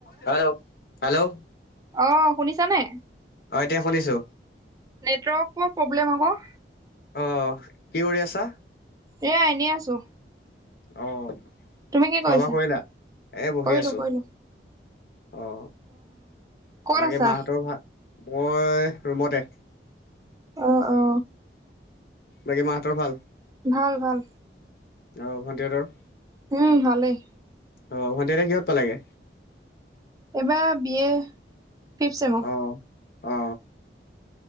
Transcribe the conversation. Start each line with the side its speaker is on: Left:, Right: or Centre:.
Left: Hello hello
Right: অ শুনিছানে
Left: অ এতিয়া শুনিছো
Right: নেটৱৰ্কৰ প্ৰব্লেম হব
Left: অ অ কি কৰি আছা
Right: এয়া এনেই আছো
Left: অ খোৱা
Right: তুমি কি
Left: বোৱা
Right: কৰিছা
Left: কৰিলা এ বহি
Right: কৰিলো
Left: আছো
Right: কৰিলো
Left: অ
Right: ক'ত
Left: বাকী
Right: আছা
Left: মা হতৰ ভা মই ৰুমতে
Right: অ অ
Left: বাকী মা হঁতৰ ভাল
Right: ভাল ভাল
Left: অ ভণ্টিহতৰ
Right: উম ভালেই
Left: অ ভন্তিহেতে কিহত পালাগে
Right: এবাৰ বি এ ফিফ ছেম
Left: অ অ